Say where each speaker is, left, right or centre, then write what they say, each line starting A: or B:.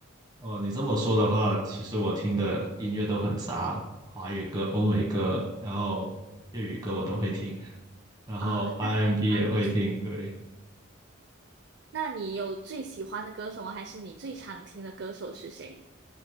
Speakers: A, on the right; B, on the right.
A: 哦，你这么说的话，其实我听的音乐都很杂，华语歌、欧美歌，然后粤语歌我都会听，然后
B: 啊，
A: R&B
B: 那还蛮。
A: 也会听。对，
B: 那你有最喜欢的歌手吗？还是你最常听的歌手是谁？